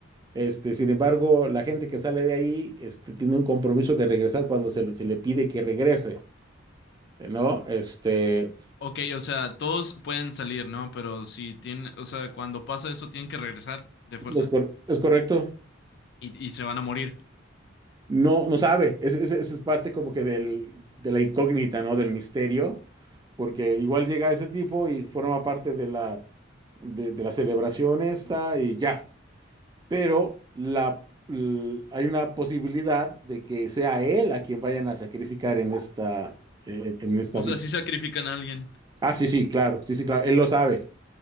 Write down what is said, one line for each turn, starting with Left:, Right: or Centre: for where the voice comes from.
Right: Este, sin embargo, la gente que sale de ahí, este, tiene un compromiso de regresar cuando se, le se le pide que regrese, ¿no? Este,
Left: Ok, o sea, todos pueden salir, ¿no? Pero si tienen, o sea, cuando pasa eso, tienen que regresar de fuerza.
Right: es, cor- es correcto.
Left: Y, y se van a morir.
Right: No, no sabe. Es, es, es parte como que del, de la incógnita, ¿no? Del misterio. porque igual llega ese tipo y forma parte de la, de, de la celebración esta y ya. Pero la, l- hay una posibilidad de que sea él a quien vayan a sacrificar en esta, en, en esta
Left: O
Right: vista.
Left: sea, si sacrifican a alguien.
Right: Ah, sí, sí, claro, sí, sí, claro, él lo sabe.